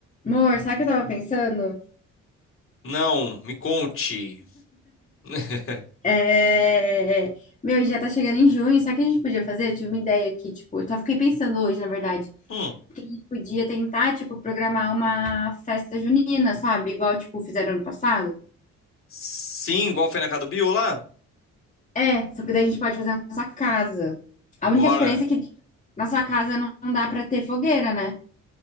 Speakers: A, on the left; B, on the left.
A: Amor, sabe o que eu tava pensando?
B: Não, me conte. <laughs>
A: É... Meu, já tá chegando em junho, sabe o que a gente podia fazer? Eu tive uma ideia aqui, tipo, eu só fiquei pensando hoje, na verdade,
B: Hum.
A: que a gente podia tentar, tipo, programar uma festa junina, sabe? Igual, tipo, fizeram ano passado.
B: Sim, igual foi na casa do Bill lá?
A: É, só que daí a gente pode fazer na nossa casa. A
B: Bora.
A: única diferença é que na sua casa não não dá pra ter fogueira, né?